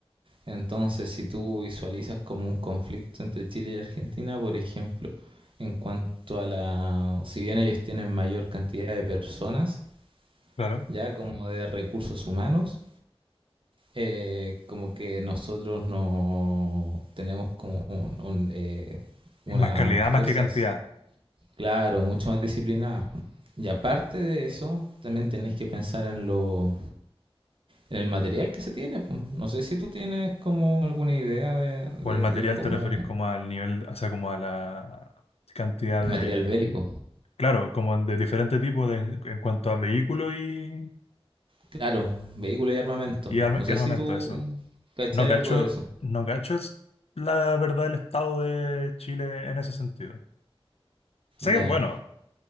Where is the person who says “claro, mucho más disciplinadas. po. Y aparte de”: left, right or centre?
Right